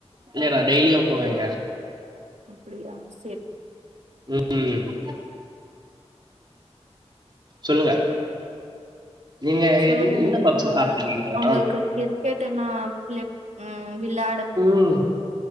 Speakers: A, on the right; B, on the right.
A: இல்ல நா டெய்லியும் போவேங்க
B: அப்படியா சேரி
A: ம் ம் சொல்லுங்க நீங்க
B: சொல்லுங்க
A: எந் இந்த
B: நீங்க
A: பப்ஸு
B: சொல்லுங்க
A: சாப்டுருக்கீங்களா
B: உங்களுக்கு கிரிக்கெட் எல்லா பிள்ளே ம் விளையாட
A: ம்